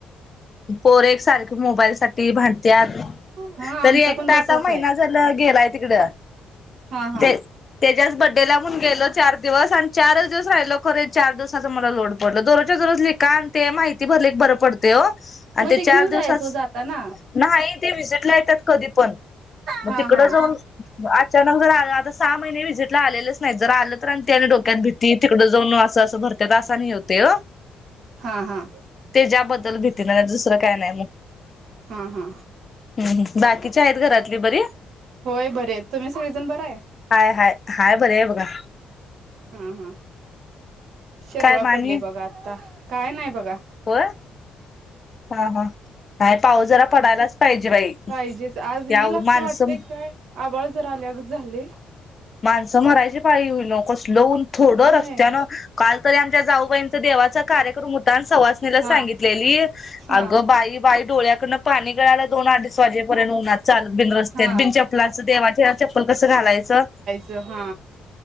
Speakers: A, on the left (about 35°); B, on the right (about 70°).
A: पोरं एकसार मोबाईलसाठी भांडत्यात
B: हा
A: तरी
B: आमचा
A: एकटा
B: पण तसाच
A: आता महिना
B: आहे
A: झाला गेलाय तिकड,
B: हा हा
A: ते तेच्याच बड्डेला म्हणून गेलो चार दिवस आणि चारच दिवस राहिलो खरं चार दिवसाचा मला लोड पडल, दररोजच्या दररोज लिका आण ते माहिती भरले की बरं पडतय ओ. आण
B: मग
A: ते
B: घेऊन
A: चार दिवसास
B: जायचं जाताना
A: नाही ते वीजिटला येतात कधी पण मग
B: हा
A: तिकड
B: हा
A: जाऊन अचानक जर आले आता सहा महिने विजीटला आलेलेच नाही जर आलं तर त्याने डोक्यात भीती तिकड जाऊन असं असं भरत्यात असा आणि हे होतय ओ
B: हा हा!
A: ज्याबद्दल भीत तिन नाही दुसरं काय नाही म
B: हा हा!
A: हू हू बाकीच्या आहेत घरातली बरी.
B: होय बरे तुम्ही सगळेजण बराय.
A: हाय हाय हाय बरे आहे बघा
B: हं हं! शरवळा
A: काय मानी
B: पडली बघा आतां काय नाही. बघा
A: होय हा हा! नाही पाऊस जरा पडायलाच पाहिजे बाई
B: पाहिजेच आज येईल
A: या उ-
B: असं
A: माणसं
B: वाटतय काय आबाळ जरा आल्यागत झालय?
A: माणसं मरायची पाळी होईल कस उन थोडं
B: होय
A: रस्त्यान काल तरी आमच्या जाऊबाईंचा देवाचा कार्यक्रम होता आण सवासनेला
B: हा
A: सांगितलेली अगं
B: हा
A: बाई बाई. डोळ्या कन- पाणी गळायला दोन अडीच वाजेपर्यंत उनात चालत बिन रस्त्या
B: हा
A: बिन चप्लाचं देवाचे चप्पल कसं घालायचं.
B: ज हा!